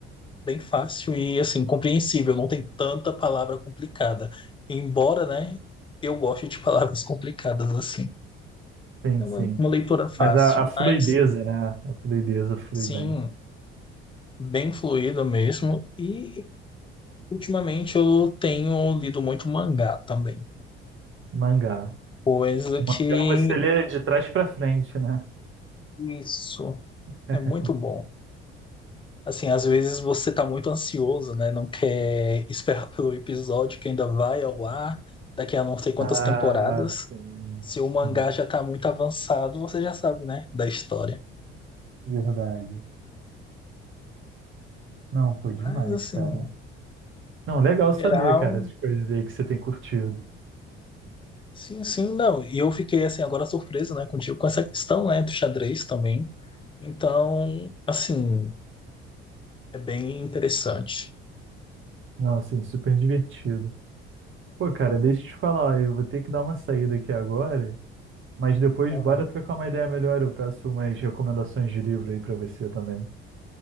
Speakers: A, on the left; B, on the right.
A: bem fácil e, assim, compreensível, não tem tanta palavra complicada. Embora, né, eu goste de palavras complicadas, assim.
B: Sim,
A: É uma,
B: sim.
A: uma leitura fácil,
B: Mas a, a fluideza,
A: mas
B: né? A fluideza flui
A: Sim,
B: bem.
A: bem fluido mesmo. E ultimamente eu tenho lido muito mangá também,
B: Mangá.
A: coisa
B: O mangá
A: que
B: você lê de trás pra frente, né?
A: isso
B: <laughs>
A: é muito bom. Assim, às vezes você tá muito ansioso, né? Não quer esperar <laughs> pelo episódio que ainda vai ao ar daqui a não sei quantas
B: Ah,
A: temporadas.
B: sim,
A: Se o mangá
B: sim.
A: já tá muito avançado, você já sabe, né? Da história.
B: Verdade. Não, foi demais,
A: Mas, assim,
B: cara. Não, legal saber,
A: geral.
B: cara, essas coisas aí que você tem curtido.
A: Sim, sim, não. E eu fiquei assim agora surpreso, né, contigo com essa questão, né, do xadrez também. Então, assim, é bem interessante.
B: Não, assim, super divertido. Pô, cara, deixa eu te falar, eu vou ter que dar uma saída aqui agora, mas depois
A: Aham.
B: bora trocar uma ideia melhor. Eu peço umas recomendações de livro aí pra você também.